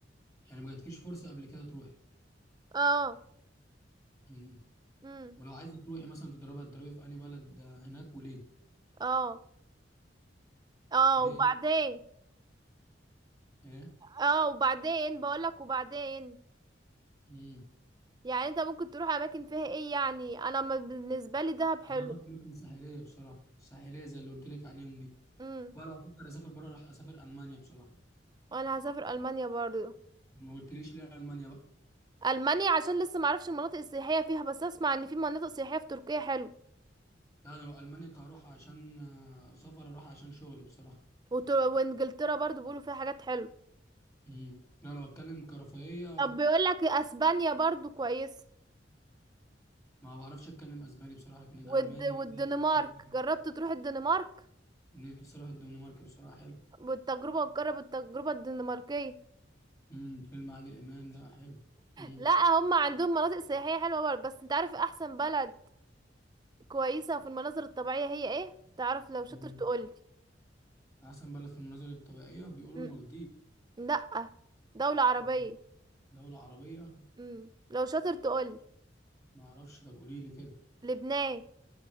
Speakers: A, on the left; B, on the right.
A: يعني ما جاتكيش فرصه قبل كده تروحي
B: اه
A: امم
B: امم
A: ولو عايزه تروحي مثلا تضربي هتضربي في انهي بلد هناك وليه
B: اه اه
A: ليه
B: وبعدين
A: ايه
B: اه وبعدين بقولك وبعدين
A: امم
B: يعني انت ممكن تروح أماكن فيها ايه يعني انا ما- بالنسبة لي دهب حلو
A: انا رحت اماكن ساحليه بصراحه ساحليه زي اللي قلت لك عليهم دي
B: امم
A: بقى لو افكر اسافر بره راح اسافر المانيا بصراحه
B: وانا هسافر ألمانيا برضو
A: ما قلتليش ليه المانيا بقى
B: ألمانيا عشان لسه معرفش المناطق السياحية فيها بس اسمع ان في مناطق سياحية في تركيا حلو
A: لا انا لو المانيا كهروح عشان آه، سفر اروح عشان شغلي بصراحه
B: وتر... وانجلترا برضو بيقولوا فيها حاجات حلوة
A: امم لا لو اتكلم كرفاهيه
B: طب بيقولك اسبانيا برضو كويسة
A: ما بعرفش اتكلم اسباني بصراحه لكن الالماني
B: والد... والدنمارك
A: اللي هي خلفية.
B: جربت تروح الدنمارك
A: نفسي اروح الدنمارك بصراحه حلو
B: بالتجربة وتجرب التجربة الدنماركية
A: امم فيلم عادل امام ده حلو امم
B: لا هم عندهم مناطق سياحية حلوة برضه بس انت عارف احسن بلد كويسة في المناظر الطبيعية هي ايه تعرف لو شاطر
A: مم.
B: تقولي
A: احسن بلد في المناظر الطبيعيه بيقولوا
B: م-
A: المالديف
B: لا دولة عربية
A: مم. دوله عربيه
B: م. لو شاطر تقولي
A: ما اعرفش طب قولي لي كده
B: لبنان